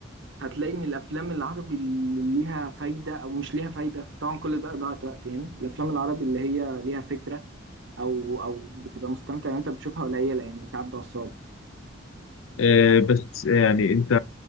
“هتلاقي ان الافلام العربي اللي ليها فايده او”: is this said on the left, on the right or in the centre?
Right